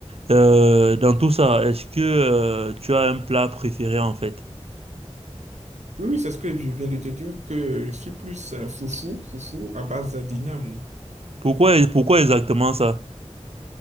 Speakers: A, on the right (about 60°); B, on the right (about 80°).
A: Euh, dans tout ça, est-ce que euh, tu as un plat préféré en fait?
B: oui, oui, c'est ce que je viens de te dire, que je suis plus euh, foufou, foufou à base d'igname.
A: Pourquoi, pourquoi exactement ça?